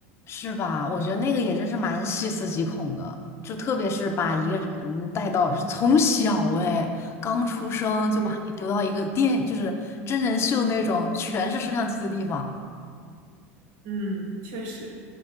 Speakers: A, on the left (about 35°); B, on the right (about 65°).
A: 是吧？我觉得那个也真是蛮细思极恐的，就特别是把一个人带到，
B: 嗯，
A: 就从小哎，刚出生就把你丢到一个电，
B: 对，
A: 就是真人秀那种全是摄像机的地方。
B: 嗯，确实，